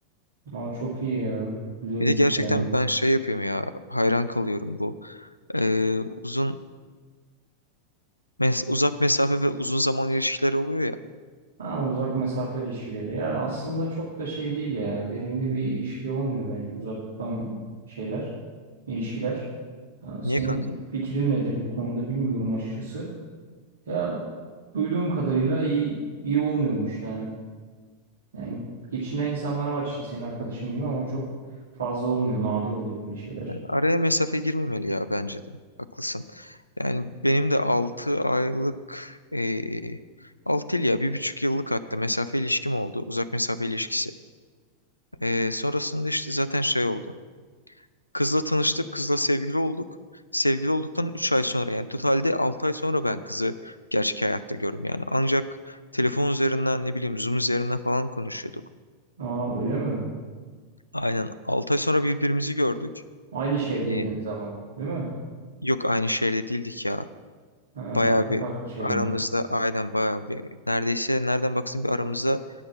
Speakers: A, on the right (about 65°); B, on the left (about 85°).
A: aa çok iyi ya. Çok güzel
B: Bir de
A: bir
B: gerçekten
A: hikaye.
B: ben şey yapıyorum ya hayran kalıyorum bu. E, uzun mes- uzak mesafe ve uzun zaman ilişkileri oluyor ya.
A: Ha, uzak mesafe ilişkileri ya aslında çok da şey değil ya verimli bir ilişki olmuyor bence uzaktan şeyler ilişkiler. Ha, senin
B: Niye kanka?
A: fikrin nedir bu konuda bilmiyorum açıkçası. Ya duyduğum kadarıyla iyi iyi olmuyormuş yani. Yani geçinen insanlar var işte senin arkadaşın gibi ama çok fazla olmuyor nadir oluyor böyle şeyler.
B: Araya mesafe girmemeli ya bence de. Haklısın. Yani benim de 6 aylık eee 6 yıl ya bir buçuk yıllık hatta mesafe ilişkim oldu. Uzak mesafe ilişkisi. Eee, sonrasında işte zaten şey oldu. Kızla tanıştık. Kızla sevgili olduk. Sevgili olduktan 3 ay sonra yani totalde 6 ay sonra ben kızı gerçek hayatta gördüm yani. Ancak telefon üzerinden ne bileyim Zoom üzerinden falan konuşuyorduk.
A: Aa öyle mi?
B: Aynen 6 ay sonra birbirimizi gördük.
A: Aynı şehirdeydiniz
B: Eee,
A: ama değil mi?
B: yok aynı şehirde değildik ya.
A: Ha,
B: Bayağı
A: farklı
B: bir
A: farklı şehirler.
B: aramızda aynen bayağı bir neredeyse nereden baksın bir aramızda